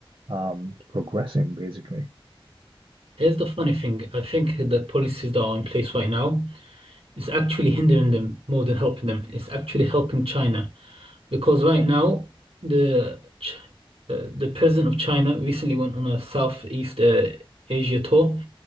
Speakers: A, on the right; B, on the right.
A: um, progressing, basically.
B: Here's the funny thing. I think the policies that are in place right now is actually hindering them more than helping them. It's actually helping China Because right now, the Ch- uh, the president of China recently went on a Southeast uh, Asia tour